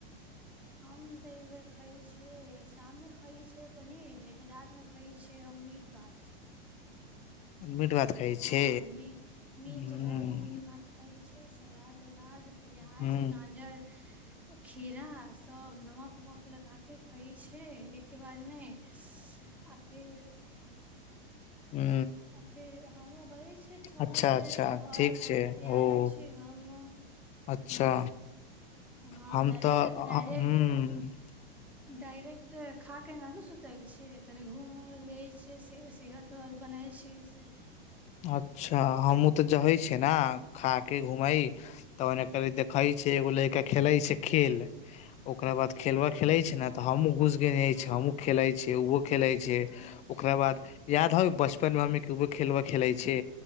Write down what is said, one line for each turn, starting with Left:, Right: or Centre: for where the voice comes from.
Centre: हम तऽ एहि बेेर खइ छी। हे शाममे खाइ छै। पनीर, लेकिन रात मे खाइ छै हम मीट भात,
Left: मीट भात खाइ
Centre: हँ
Left: छै
Centre: मी मीट
Left: ह
Centre: भात खाइ। छै सलाद-उलाद। पियाज,
Left: ह
Centre: गाजर। खीरा। नमक-उमक लगाक खाइ छै, एके बार में आ फेर।
Left: ह
Centre: आ फेर हमो गए छी। छत-उत
Left: अच्छा अच्छा
Centre: पे टहल-उहल
Left: ठीक छै
Centre: के
Left: ओ
Centre: आयल छी हम।
Left: अच्छा।
Centre: हँ
Left: हम
Centre: डायरेक्ट,
Left: तऽ
Centre: डायरेक्ट,
Left: ह
Centre: डायरेक्ट। खा कऽ एना ने सुतल छै, तनि घूम ल छियै से सेहत- उहत बनल छै से।
Left: अच्छा। हमूं ते जहे छ ने खा के घूमे त ओने कर देखे छी एगो लड़का खेले छै खेल, ओकरा बाद खेलबा खेले
Centre: अच्छा
Left: छै ने त हमूं घुस गे
Centre: हँ
Left: छी हमूं खेले छी खेले छै,
Centre: अच्छा
Left: ओकरा बाद याद ह बचपन में हम खेलब। खेलै छै।